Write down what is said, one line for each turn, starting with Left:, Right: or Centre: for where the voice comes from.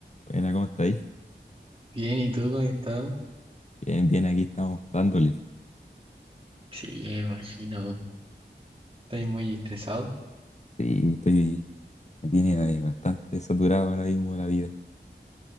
Left: Buena, ¿cómo está ahí?
Right: Bien, ¿y tú cómo has estado?
Left: Bien, bien, aquí estamos dándole.
Right: Sí, me imagino. ¿Estás muy estresado?
Left: Sí, estoy, me tiene eh, bastante saturado ahora mismo la vida.